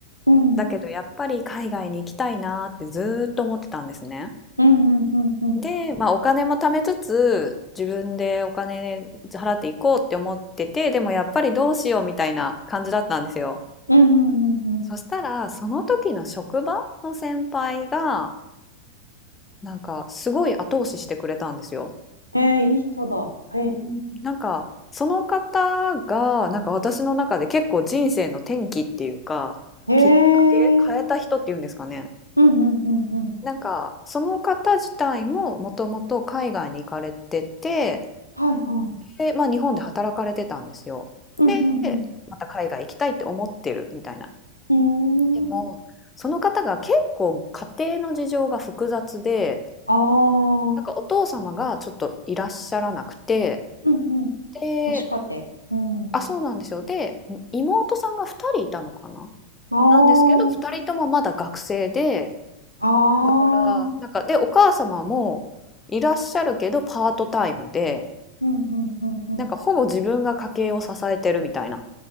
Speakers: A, on the left; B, on the left.
A: うん。
B: だけどやっぱり海外に行きたいなーってずーっと思ってたんですね。
A: うんうんうんうん。
B: で、まあ、お金も貯めつつ自分でお金払っていこうって思っててでもやっぱりどうしようみたいな感じだったんですよ。
A: うんうんうんう
B: そしたらその時の職場の先輩がなんかすごい後押ししてくれたんですよ。
A: ん。えー、いい人だ。へえ。
B: うんうんなんかその方がなんか私の中で結構人生の転機っていうかきっかけ変えた人っていうんですかね。
A: へえ。うんうんうんうん。
B: なんかその方自体ももともと海外に行かれてて、
A: はいはい。
B: で、まあ、日本で働かれてたんですよ。
A: うんうん
B: で、また海外行きたいって思ってるみたいな。
A: うん。
B: でもその方が結構家庭の事情が複雑で、
A: うーん。あー。
B: なんかお父様がちょっといらっしゃらなくて、
A: うんうん。
B: で、
A: 母子家庭。うん。
B: あ、そうなんですよ。で、妹さんが2人いたのかな
A: あ
B: なんですけど、2人ともまだ学生で、
A: ー。あー。
B: だから、なんか、で、お母様もいらっしゃるけどパートタイムで。
A: うんうんうんうん。
B: なんかほぼ自分が家計を支えてるみたいな。